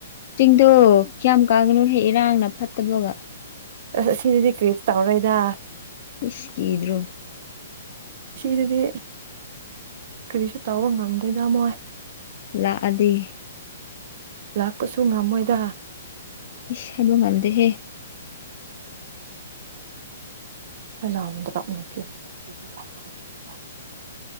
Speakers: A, on the left; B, on the right.
A: ꯆꯤꯡꯗꯣ ꯌꯥꯝ ꯀꯥꯒꯅꯨꯍꯦꯛ ꯏꯔꯥꯡꯅ ꯐꯠꯇꯕꯒ
B: ꯑꯁ ꯁꯤꯗꯥꯗꯤ ꯀ꯭ꯔꯤꯁꯨ ꯇꯧꯔꯣꯏꯗ
A: ꯏꯁ ꯀꯤꯗ꯭ꯔꯣ
B: ꯁꯤꯗꯗꯤ ꯀꯔꯤꯁꯨ ꯇꯧꯕ ꯉꯝꯗꯦꯗ ꯃꯣꯏ
A: ꯂꯥꯛꯑꯗꯤ
B: ꯂꯥꯛꯄꯁꯨ ꯉꯝꯃꯣꯏꯗ
A: ꯏꯁ ꯍꯥꯏꯕ ꯉꯝꯗꯦꯍꯦ
B: <unintelligible> <unintelligible> ꯍꯨꯝ